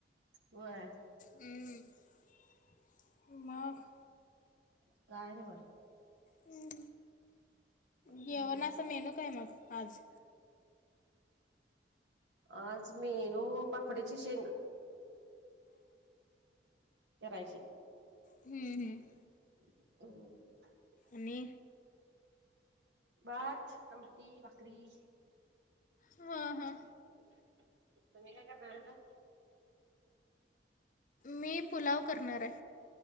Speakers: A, on the right; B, on the left.
A: होय.
B: ''हं'' मग.
A: काय नाही बघा.
B: हं
A: हम्म
B: जेवणाचा मेनू काय मग आज.
A: आज मेनू पापडीची शेंग. करायची.
B: ''हं'' हं''
A: ह,
B: आणि.
A: भात आमटी भाकरी.
B: हां हां
A: तुम्ही काय करणारेसा.
B: मी पुलाव करणार आहे.